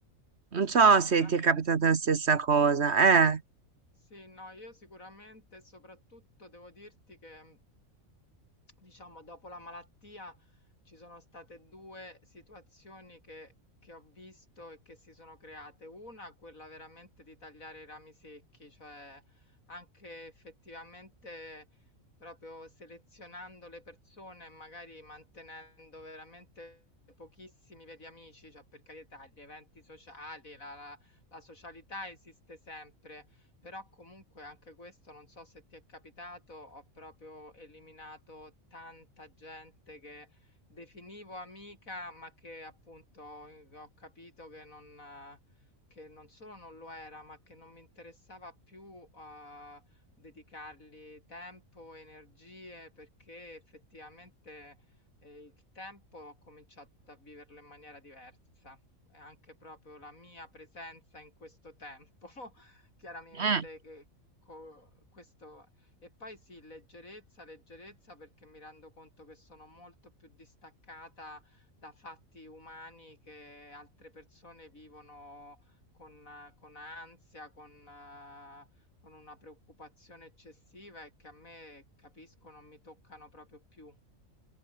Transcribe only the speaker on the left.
Sicuramente.
Sì, no, io sicuramente, e soprattutto devo dirti che, diciamo, dopo la malattia ci sono state due situazioni che, che ho visto e che si sono create. Una, quella veramente di tagliare i rami secchi, cioè anche effettivamente proprio selezionando le persone e magari mantenendo veramente pochissimi veri amici, cioè per carità, gli eventi sociali, la la- la socialità esiste sempre però comunque anche questo non so se ti è capitato, ho proprio eliminato tanta gente che definivo amica, ma che appunto eh, ho capito che non, eh, che non solo non lo era, ma che non mi interessava più eh, dedicargli tempo, energie, perché effettivamente eh, il tempo ho cominciato a viverlo in maniera diversa. E anche proprio la mia presenza in questo tempo <laughs> chiaramente
che co- questo e poi sì, leggerezza, leggerezza perché mi rendo conto che sono molto più distaccata da fatti umani che altre persone vivono con, eh, con ansia, con, eh, con una preoccupazione eccessiva e che a me capisco non mi toccano proprio più.